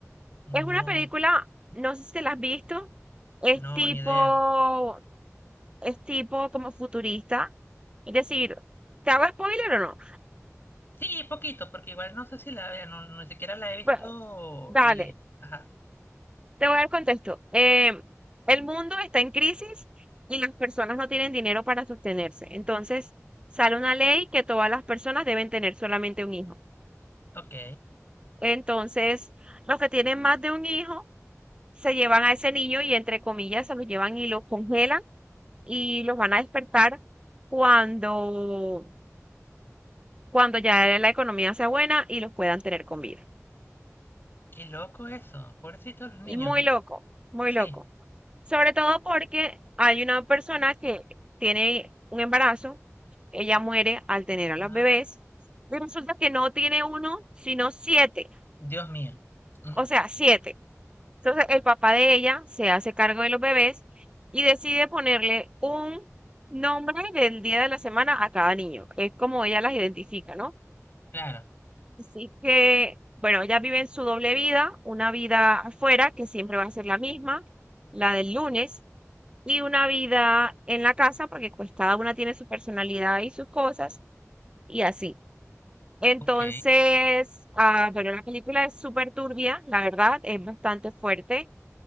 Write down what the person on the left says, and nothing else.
No,
no,
ni idea.
Sí, poquito, porque igual no sé si la vea, no, no- ni siquiera la he visto
y... Ajá,
ok.
Qué loco eso, pobrecitos los niños.
Sí,
ajá.
Dios mío. Mm,
Claro,
ok.